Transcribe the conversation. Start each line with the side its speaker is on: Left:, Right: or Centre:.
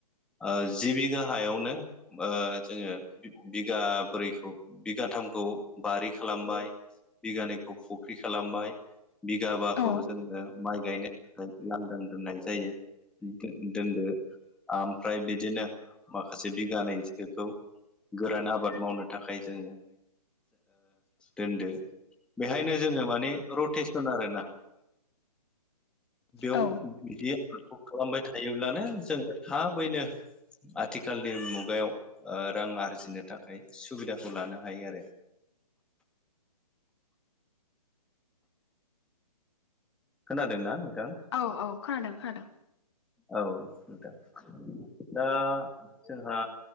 Centre: ओ जि बिघा हायावनो बा जोङो बिगाब्रैखौ बिगाथामखौ बारि खालामबाय। बिगानैखौ फुख्रि खालामबाय बिगाबाखौ
Left: औ
Centre: जोनो माइ गायनो लांदां दोननाय जायो दो-दोनदो ओमफ्राय बिदिनो माखासे बिगानैसोखौ गोरान आबाद मावनो थाखाय जोङो दोन्दो बेहायनो जोङो माने रटेसन आरो ना बेयाव
Left: औ
Centre: बिदि आखलखौ खालामबाय थायोब्लानो जोङो थाबैनो आथिखालनि मुगायाव रां आरजिनो थाखाय सुबिदाखौ लानो हायो आरो। खोनादोंना नोंथाङा?
Left: औ औ खोनादों खोनादों।
Centre: औ नोंथां दा जोंहा